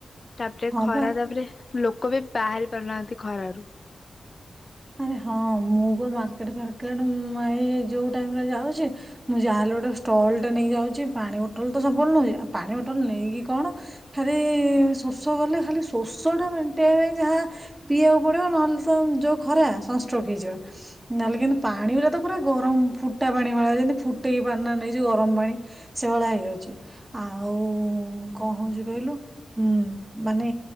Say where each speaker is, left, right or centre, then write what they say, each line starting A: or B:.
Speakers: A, on the left; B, on the right.
A: ତାପରେ
B: ହଁ
A: ଖରା
B: ବା
A: ତାପରେ ଲୋକ ବି ବାହାରି ପାରୁନାହାନ୍ତି ଖରାରୁ
B: ଆରେ ହଁ ମୁଁ ତ ମାର୍କେଟ ଫାର୍କେଟ ଯୋଉ ଟାଇମରେ ଯାଉଛି ମୁଁ ଯାହାହେଲେ ଗୋଟେ ଷ୍ଟଲ ଟେ ନେଇ ଯାଉଛି ପାଣି ବୋଟଲ ତ ସବୁବେ ନଉଛି ପାଣି ବୋଟଲ ନେଇକି କଣ ଖାଲି ଶୋଷ କଲେ ଖାଲି ଶୋଷ ଟା ମେଣ୍ଟେଇବା ପାଇଁ ଯାହା ପିଇବାକୁ ପଡିବ ନହେଲେ ତ ଯୋଉ ଖରା ସଂଷ୍ଟକ୍ ହେଇଯିବା ନହେଲେ କିନ୍ତୁ ପାଣି ଗୁଡା ତ ପୁରା ଗରମ ଫୁଟା ପାଣି ଭଳି ଯେମିତି ଫୁଟେଇକି ପାଣି ନେଇଛି ଗରମ ପାଣି ସେଭଳିଆ ହେଇଯାଉଛି ଆଉ କଣ ହଉଛି କହିଲୁ ଉଁ ମାନେ